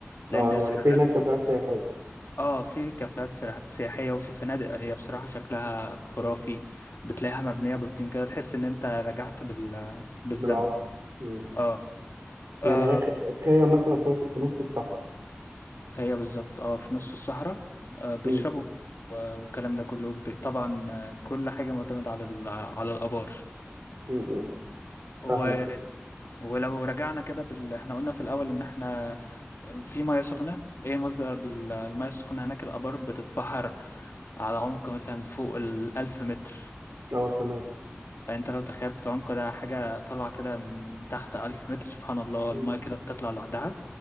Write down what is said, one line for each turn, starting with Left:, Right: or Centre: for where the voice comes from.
Left: لأن
Right: اه يعني
Left: سعرها-
Right: في هناك كافيهات سياحية
Left: اه في كافيهات سرا- سياحية وفي فنادق هي بصراحة شكلها خرافي بتلاقيها مبنية بالطين كده تحس إن أنت رجعت بال... بالزمن
Right: بالعصر مم.
Left: اه
Right: يعني
Left: آه،
Right: هي خ- خيام مثلا في وسط في نص الصحراء
Left: هي بالظبط اه في نص الصحراء آه بيشربوا
Right: مم.
Left: و- والكلام ده كله ب- طبعا آه، كل حاجة معتمدة على ال- على الآبار
Right: مم. مم.
Left: و...
Right: فاهمك
Left: ولو رجعنا كده بال... احنا قلنا في الأول إن احنا في مياه سخنة ايه مصدر ال- المياه السخنة هناك الآبار بتتفحر على عمق مثلا فوق الألف متر
Right: اه تمام
Left: فأنت لو تخيلت العمق ده حاجة طالعة كده من تحت ألف متر سبحان الله
Right: مم.
Left: المياه كده بتطلع لوحدها